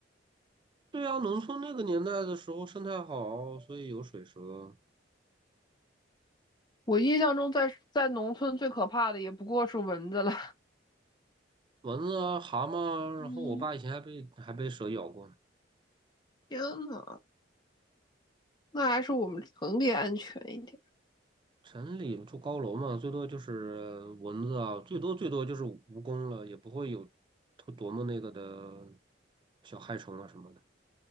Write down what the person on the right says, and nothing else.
对啊，农村那个年代的时候生态好，所以有水蛇、
蚊子啊、蛤蟆啊然后我爸以前还被还被蛇咬过。
城里住高楼嘛，最多就是蚊子啊，最多最多就是蜈蚣了，也不会有多多么那个的小害虫啊什么的。